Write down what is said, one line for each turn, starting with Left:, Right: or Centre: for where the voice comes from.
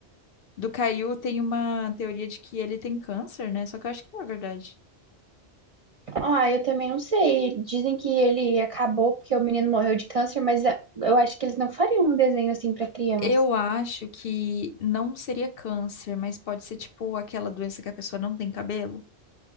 Left: Do Caio tem uma teoria de que ele tem câncer, né? Só que eu acho que não é verdade.
Right: Ah, eu também não sei. Dizem que ele acabou porque o menino morreu de câncer, mas ah, eu acho que eles não fariam um desenho assim pra criança.
Left: Eu acho que não seria câncer, mas pode ser tipo aquela doença que a pessoa não tem cabelo.